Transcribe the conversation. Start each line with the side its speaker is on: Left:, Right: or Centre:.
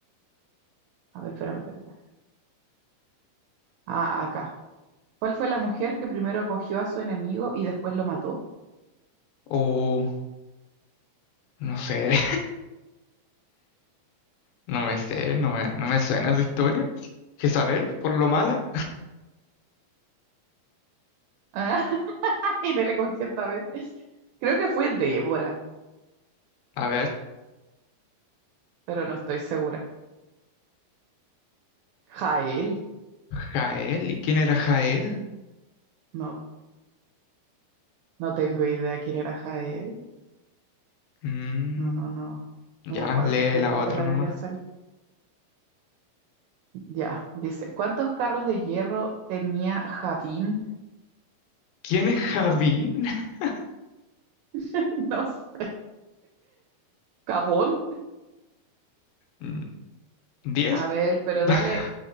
Right: a ver, espérame, espérame. Ah, acá. ¿Cuál fue la mujer que primero acogió a su enemigo y después lo mató?
Left: O no sé, <laughs> no me sé, no me, no me suena su historia. Jezabel, por lo mala.
Right: Ah, <laughs> y no le cogió esta vez. Creo que fue Débora,
Left: A ver,
Right: pero no estoy segura. Jael.
Left: Jael, ¿y quién era Jael?
Right: No, no tengo idea quién era Jael.
Left: Mm,
Right: No, no, no.
Left: ya,
Right: No me acuerdo
Left: lee
Right: en qué
Left: la
Right: parte
Left: otra
Right: de la
Left: nomás.
Right: Biblia sale. Ya, dice, ¿cuántos carros de hierro tenía Javín?
Left: ¿Quién es Javín? <laughs>
Right: <laughs> No sé, Cabón.
Left: Mm, ¿Diez?
Right: A ver, pero
Left: <laughs>
Right: dale